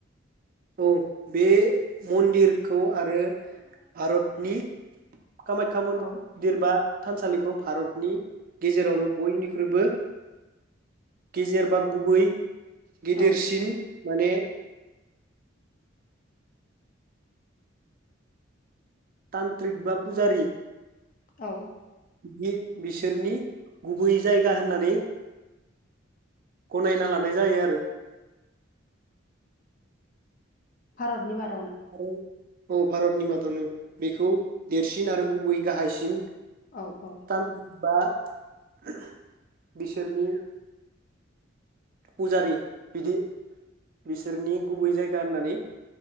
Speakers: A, on the right (about 45°); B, on the left (about 45°).
A: औ बे मन्दिरखौ आरो भारतनि कामाख्या मन
B: औ
A: दिर बा थानसालिखौ भारतनि गेजेरावनो बयनिख्रुइबो गेजेर बा गुबै गिदिरसिन
B: औ
A: माने तान्त्रिक बा पुजारि
B: औ
A: बिदि बिसोरनि गुबै जायगा होननानै गनायना लानाय जायो आरो
B: भारतनि बाद
A: आरो औ भारतनि मादावनो बेखौ देरसिन आरो गुबै गाहायसिन
B: औ औ
A: तान्त्रिक बा <inaudible> बिसोरनि पुजारि बिदि बिसोरनि गुबै जायगा होननानै